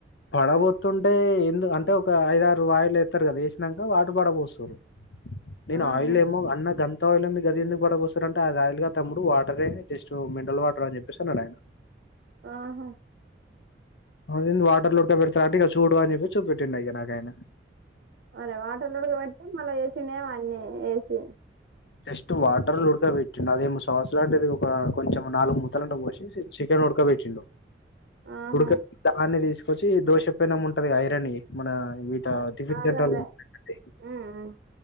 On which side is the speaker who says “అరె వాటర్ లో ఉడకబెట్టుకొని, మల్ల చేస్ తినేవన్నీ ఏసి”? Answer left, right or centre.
Right